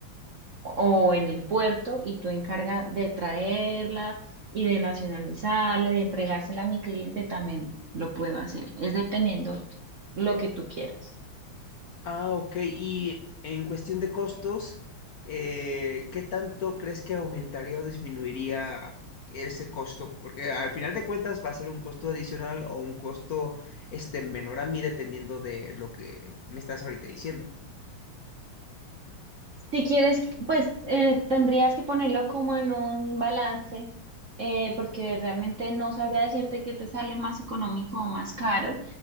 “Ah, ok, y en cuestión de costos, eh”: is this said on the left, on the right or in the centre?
Left